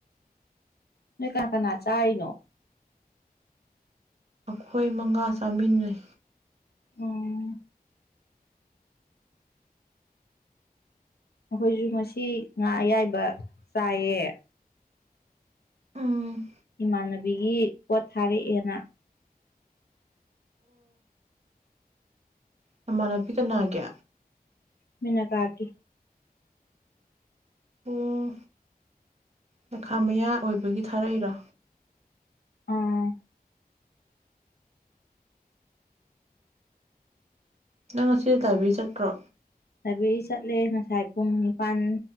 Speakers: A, on the left; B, on the right.
A: ꯅꯣꯏ ꯀꯅꯥ-ꯀꯅꯥ ꯆꯥꯏꯅꯣ
B: ꯑꯈꯣꯏ ꯃꯉꯥ ꯆꯥꯃꯤꯟꯅꯩ
A: ꯎꯝ ꯑꯈꯣꯏꯁꯨ ꯉꯁꯤ ꯉꯥ ꯑꯌꯥꯏꯕ ꯆꯥꯏꯌꯦ
B: ꯎꯝ
A: ꯏꯃꯥꯟꯅꯕꯤꯒꯤ ꯄꯣꯠ ꯊꯥꯔꯛꯑꯦꯅ-
B: ꯃꯃꯥꯟꯅꯕꯤ ꯀꯅꯥꯒꯤ
A: ꯃꯤꯅꯥꯀꯥꯒꯤ
B: ꯑꯣ ꯄꯩꯈꯥ ꯃꯌꯥ ꯑꯣꯏꯕꯒꯤ ꯊꯥꯔꯛꯏꯔꯣ
A: ꯑꯥ
B: ꯅꯪ ꯉꯁꯤ ꯂꯥꯏꯕꯔꯤ ꯆꯠꯇ꯭ꯔꯣ
A: ꯂꯥꯏꯕꯔꯤ ꯆꯠꯂꯦ ꯉꯁꯥꯏ ꯄꯨꯡ ꯅꯤꯄꯥꯜ